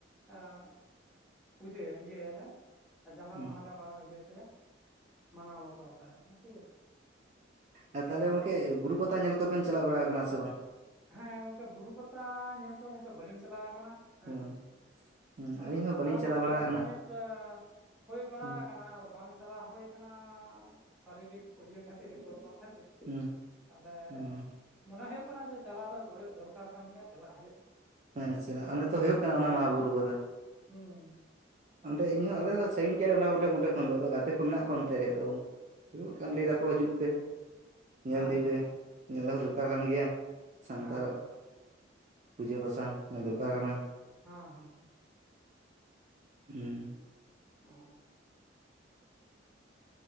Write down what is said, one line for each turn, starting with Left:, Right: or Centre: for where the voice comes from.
Centre: ᱮᱸ ᱯᱩᱡᱟᱹ ᱤᱭᱟᱹ ᱟᱞᱮ ᱡᱟᱱᱟᱢ
Right: ᱦᱩᱸ
Centre: ᱢᱟᱦᱟ ᱞᱮ ᱤᱭᱟᱹ ᱛᱟᱭᱟ ᱢᱟᱱᱟᱣ ᱵᱟᱛᱟᱣ ᱛᱟᱭᱟ ᱴᱷᱤᱠ ᱟᱪᱷᱮ
Right: ᱟᱨ ᱛᱟᱦᱚᱞᱮ ᱜᱚᱝᱠᱮ ᱵᱩᱨᱩ ᱯᱟᱛᱟ ᱧᱮᱞ ᱫᱚᱵᱮᱱ ᱪᱟᱞᱟᱣ ᱵᱟᱲᱟᱣ ᱟᱠᱟᱱᱟ ᱥᱮ ᱵᱟᱝ
Centre: ᱦᱮᱸ ᱜᱚᱝᱠᱮ ᱵᱩᱨᱩ ᱯᱟᱛᱟ ᱧᱮᱞ ᱫᱚ ᱜᱚᱝᱠᱮ ᱵᱟᱹᱞᱤᱧ ᱪᱟᱞᱟᱣ ᱠᱟᱱᱟ ᱦᱮᱸ
Right: ᱦᱩᱸ ᱦᱩᱸ
Centre: ᱟᱫᱚ
Right: ᱟᱹᱞᱤᱧ ᱦᱚᱸ
Centre: ᱪᱟᱞᱟᱣ
Right: ᱵᱟᱹᱞᱤᱧ
Centre: ᱨᱮᱱᱟᱜ ᱚᱱᱠᱟ
Right: ᱵᱟᱲᱟ
Centre: ᱤᱥᱴᱤᱢᱮᱴ
Right: ᱟᱠᱟᱱᱟ
Centre: ᱟ ᱦᱩᱭ ᱵᱟᱲᱟ
Right: ᱦᱩᱸ
Centre: ᱟᱠᱟᱱᱟ ᱟᱫᱚ ᱵᱟᱝ ᱪᱟᱞᱟᱣ ᱦᱩᱭ ᱟᱠᱟᱱᱟ ᱥᱟᱨᱤᱨᱤᱠ ᱜᱮ ᱯᱩᱭᱟ. ᱤᱭᱟ ᱠᱷᱟᱹᱛᱤᱨ ᱜ ᱠᱷᱟᱹᱛᱤᱨ
Right: ᱦᱩᱸ
Centre: ᱟᱮ
Right: ᱦᱩᱸ
Centre: ᱢᱚᱱᱮ ᱦᱳᱭᱳᱜ ᱠᱟᱱᱟ ᱡᱮ ᱪᱟᱞᱟᱣ ᱫᱚ ᱦᱳᱭᱳᱜ ᱫᱚᱨᱠᱟᱨ ᱠᱟᱱ ᱜᱮᱭᱟ ᱪᱟᱞᱟᱜ ᱦᱳᱭᱳᱜᱼᱟ
Right: ᱦᱮᱸ ᱪᱚ ᱱᱤᱛᱚᱜ ᱦᱳᱭᱳᱜ ᱠᱟᱱᱟ ᱚᱱᱟ ᱢᱟ ᱵᱩᱨᱩ ᱯᱟᱫᱟ
Centre: ᱦᱩᱸ
Right: ᱚᱸᱰᱮ ᱤᱧ ᱦᱚᱸ ᱟᱞᱮ ᱦᱚᱸ ᱥᱟᱹᱜᱤᱧ ᱜᱮᱭᱟ ᱞᱮ ᱚᱸᱰᱮ ᱚᱸᱰᱮ ᱠᱷᱚᱱ ᱟᱫᱚ ᱜᱟᱛᱮ ᱠᱚ ᱢᱮᱱᱟᱜ ᱠᱚᱣᱟ ᱚᱱᱛᱮ ᱨᱮ ᱟᱫᱚ ᱦᱩᱭᱩᱜ
Centre: ᱦᱮᱸ ᱦᱮᱸ
Right: ᱠᱟᱱ ᱞᱮᱭ ᱫᱟᱠᱚ ᱡᱩᱜ ᱛᱮ ᱧᱮᱞᱫᱤ
Centre: ᱦᱮᱸ ᱦᱮᱸ
Right: ᱯᱮ ᱧᱮᱞ ᱫᱚᱦᱚ ᱫᱚᱨᱠᱟᱨ ᱠᱟᱱ ᱜᱮᱭᱟ ᱥᱟᱱᱛᱟᱲᱟᱜ
Centre: ᱦᱮᱸ
Right: ᱯᱩᱡᱟᱹ ᱯᱟᱥᱟ ᱧᱮᱞ ᱫᱚᱨᱠᱟᱨ ᱠᱟᱱᱟ
Centre: ᱦᱚᱸ ᱦᱚᱸ
Right: ᱩᱸ
Centre: ᱚ